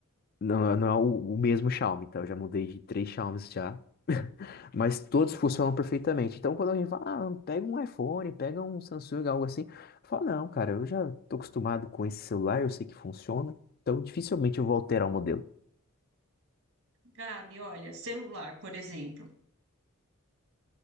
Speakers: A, on the left; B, on the right.
A: não, não é o, o mesmo Xiaomi, tá? Eu já mudei de três Xiaomis já, <laughs> mas todos
B: sim.
A: funcionam perfeitamente. Então, quando alguém fala, ah, pega um iPhone, pega um Samsung, algo assim, eu falo, não, cara, eu já tô acostumado com esse celular, eu sei que funciona, então dificilmente eu vou alterar o modelo.
B: Gabi, olha, celular, por exemplo.